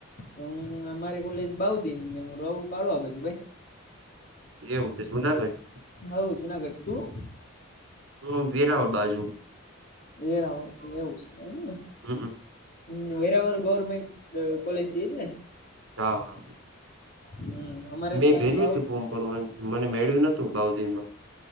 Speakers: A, on the left; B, on the right.
A: હું અમારે કોલેજ બઉ દીન ને હું રોવ કાળો આ બાજુ ભાઈ
B: એવું છે જુનાગઢ
A: હવ જુનાગઢ તું
B: હું વેરાવળ બાજુ
A: વેરાવળ સે એવું સે એમ ને
B: હમ્મ હમ્મ
A: હમ્મ વેરાવાર ગવર્મેન્ટ દ કોલેજ એજ ને
B: હા હા
A: હમ અમારે
B: મેં
A: તો
B: ભેજ્યું
A: અહી બાવ
B: હતું ફોમ પણ મને મેળ્યું નતું બઉ દિનમાં